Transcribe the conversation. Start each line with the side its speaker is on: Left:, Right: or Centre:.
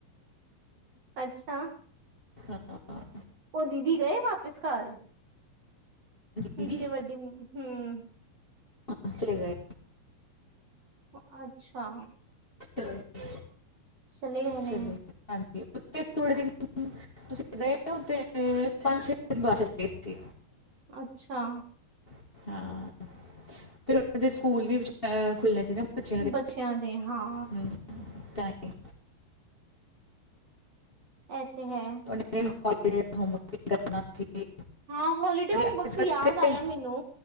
Right: ਅੱਛਾ।
Left: ਹਾਂ ਹਾਂ
Right: ਓ ਦੀਦੀ ਗਏ ਵਾਪਿਸ ਘਰ
Left: ਦੀਦੀ
Right: ਨੀਚੇ ਵੱਡੀ ਹੂੰ।
Left: ਕਿਥੇ ਗਏ?
Right: ਓ ਅੱਛਾ।
Left: <unintelligible>
Right: ਚਲੇ ਗਏ ਨੇੇ।
Left: ਚਲੋ ਹਾਂਜੀ। ਉਤੇ ਥੋੜੇ ਦਿਨ। ਤੁਸੀ ਗਏ ਓ ਤੇ ਪੰਜ ਛੇ ਦਿਨ ਬਾਦ ਚਲੇ ਗਏ ਸੀ।
Right: ਅੱਛਾ।
Left: ਅਛਾ। ਫੇਰ ਓਨਾਂ ਦੇ ਸਕੂਲ ਵੀ ਖੁੱਲਣੇ ਸੀ ਨਾ। ਬੱਚਿਆਂ ਦੇ
Right: ਬੱਚੇਆਂ ਦੇ, ਹਾਂ।
Left: ਹਮ, ਤਾਂ ਹੀ
Right: ਐ ਤੇ ਹੈ।
Left: ਹੋਲੀਡੇਜ਼ ਹੋਮ ਵਰਕ ਵੀ ਕਰਨਾ ਸੀ।
Right: ਹਾਂ। ਹੋਲੀਡੇ ਹੋਮ
Left: ਅਰੇ ਅੱਜ
Right: ਵਕਤ ਤੋਂ
Left: ਕੱਲ੍ਹ
Right: ਯਾਦ
Left: ਤੇ
Right: ਆਏਆ ਮੈਨੂੰ